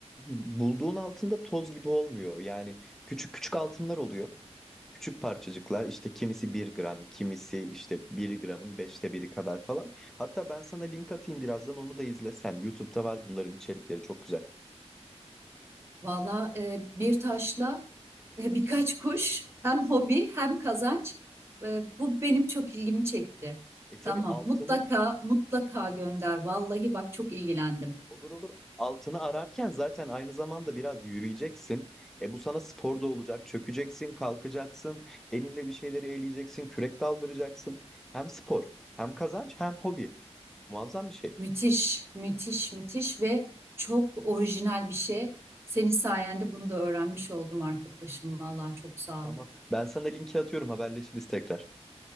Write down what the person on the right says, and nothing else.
Valla e, bir taşla e, birkaç kuş hem hobi hem kazanç. E, bu benim çok ilgimi çekti.
Tamam,
mutlaka mutlaka gönder. Vallahi bak çok ilgilendim.
Müthiş, müthiş, müthiş ve çok orijinal bir şey. Senin sayende bunu da öğrenmiş oldum arkadaşım. Vallahi çok sağ
ol.